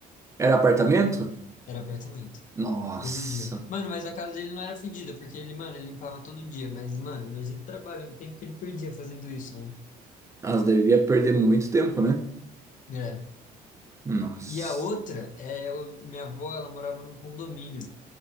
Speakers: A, on the right; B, on the left.
A: Era apartamento?
B: Era apartamento,
A: Nossa.
B: todo dia. Mano, mas a casa dele não era fedida, porque ele, mano, ele limpava todo dia, mas, mano, imagina o trabalho, o tempo que ele perdia fazendo isso,
A: Elas devia perder muito tempo, né?
B: né? É.
A: Nossa.
B: E a outra, é, eu- minha avó, ela morava num condomínio